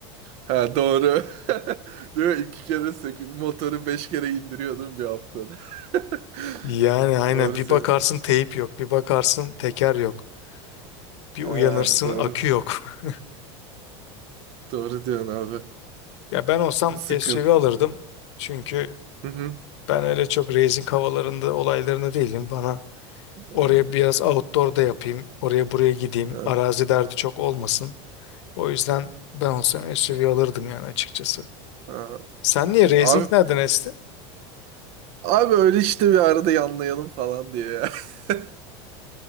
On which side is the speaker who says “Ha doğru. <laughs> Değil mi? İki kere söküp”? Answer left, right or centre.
Right